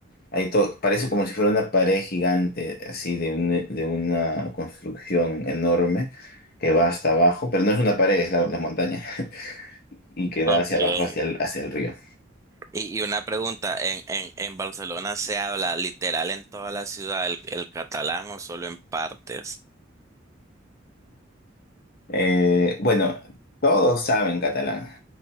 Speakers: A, on the left (about 50°); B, on the right (about 15°).
A: Ahí to- parece como si fuera una pared gigante, así de, un- de una construcción enorme que va hasta abajo, pero no es una pared, es la, la montaña, <laughs> y que va
B: okay
A: hacia abajo, hacia el, hacia el río.
B: y, y una pregunta, ¿en, en, en Barcelona se habla literal en toda la ciudad el, el catalán o solo en partes?
A: Eh, bueno, todos saben catalán